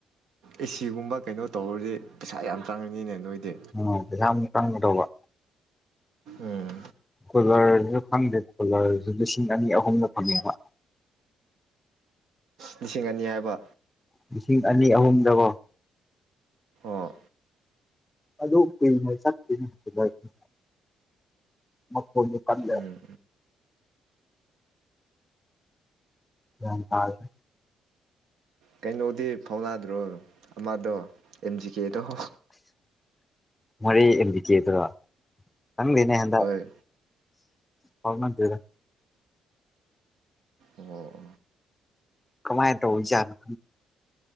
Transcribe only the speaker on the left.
ꯎ ꯄꯩꯁꯥ ꯑꯃꯨꯛ ꯆꯡꯇꯧꯕ
ꯀꯣꯂꯔꯁꯨ ꯐꯪꯗꯦ ꯀꯣꯂꯔꯁꯨ ꯂꯤꯁꯤꯡ ꯑꯅꯤ ꯑꯍꯨꯝꯅ ꯐꯪꯅꯤꯡꯕ
ꯂꯤꯁꯤꯡ ꯑꯅꯤ ꯑꯍꯨꯝꯗꯕꯣ
ꯑꯗꯨ ꯀꯨꯏꯅꯥ ꯆꯠꯇꯦ ꯀꯨꯂꯔꯗꯤ ꯃꯈꯣꯜꯗꯣ ꯀꯜꯂꯦ
ꯒꯤꯌꯥꯟ ꯇꯥꯗ꯭ꯔꯦ
ꯃꯣꯔꯦ ꯑꯦꯝꯕꯤ ꯀꯦ ꯗꯣ ꯈꯪꯗꯦꯅꯦ ꯍꯟꯗꯛ
ꯐꯥꯎꯅꯗꯦꯗ
ꯀꯃꯥꯏ ꯇꯧꯔꯤꯖꯠꯅꯣ